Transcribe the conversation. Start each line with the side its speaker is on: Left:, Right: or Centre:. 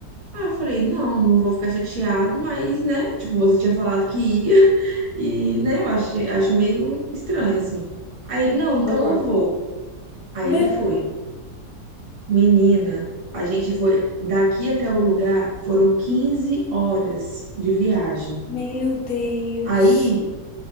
Right: Ah, eu falei, não, não vou ficar chateado, mas, né, tipo, você tinha falado que ia, <laughs> e, né, eu acho, acho meio estranho, assim. Aí ele, não, então
Left: aham.
Right: eu vou. Aí
Left: Me-
Right: ele foi. Menina, a gente foi daqui até o lugar, foram 15 horas de viagem.
Left: Meu Deus.
Right: Aí